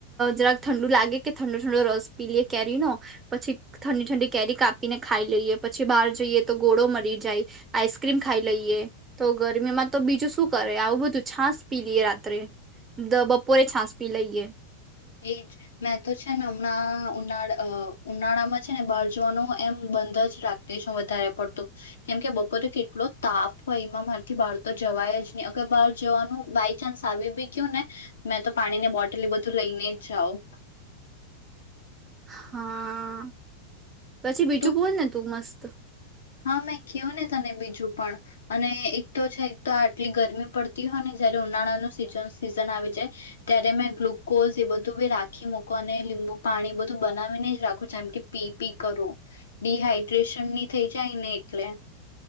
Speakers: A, on the right (about 20°); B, on the left (about 65°).
A: જરાક ઠંડુ લાગે કે ઠંડો ઠંડો રસ પી લઈએ કેરીનોો પછી ઠંડી ઠંડી કેરી કાપીને ખાઈ લઈએ પછી બહાર જઈએ તો ગોળો મરી જાય આઈસ્ક્રીમ ખાઈ લઈએ તો ગરમી માં તો બીજું શું કરે આવું બધું છાાસ પી લઈએ રાત્રે
B: હા
A: દ બપોરે છાંસપી લઈએ
B: એજ મેં તો છે ને હમણાં ઉનાળા ઉનાળામાં છે ને બહાર જવાનું એમ બંધ જ રાાગતી છે વધારે પડતું કેમ કે બપોરે કેટલો તાપ હોય એમાં મારથી બહાર તો જવાય જ નહી અગર બહાર જવાનું બાય ચાન્સ આવી બી ગયું ને મેં તો પાણીની બોટલ બધું લઈને જાઓ
A: હા પછી બીજું
B: તું
A: બોલ ને તું મસ્ત ત્ર
B: હા મેં કું ને તને બીજું પણ અને એક તો છે એક તો આટલી ગરમી પડતી હોય ને જયારે ઉનાળાનું સીઝન સીઝન આવી જાય ત્યારે મેં ગ્લુકોઝ એ બધું બી રાખી મૂકો અને લીંબુ પાણી બધું બનાવીને જ રાખું જેમ કે પી પી કરું ડિહાઈડ્રેશન ની થઈ જાયને એટલે